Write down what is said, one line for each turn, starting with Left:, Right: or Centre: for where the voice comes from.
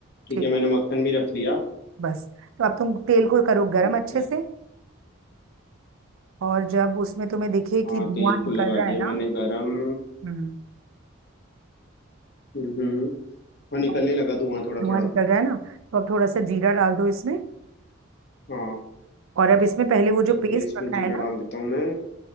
Left: ठीक
Right: ठीक
Left: है मैंने
Right: है
Left: मक्खन भी रख लिया
Right: बस तो अब तुम तेल को करो गरम
Left: ओके
Right: अच्छे से और जब उसमें तुम्हें दिखे
Left: हाँ
Right: कि धुआं
Left: तेल
Right: निकल
Left: को लगा
Right: रहा
Left: दिया
Right: है ना
Left: मैंने गरम
Right: हम्म
Left: हम्म हम्म हाँ निकलने
Right: और
Left: लगा धुआं थोड़ा
Right: धुआं
Left: थोड़ा
Right: निकल रहा है ना तो अब थोड़ा सा जीरा डाल दो इसमें
Left: हाँ
Right: और अब इसमें पहले वो जो
Left: ठीक
Right: पेस्ट
Left: है इसमें
Right: रखा है
Left: जीरा
Right: ना
Left: डाल देता हूँ मैं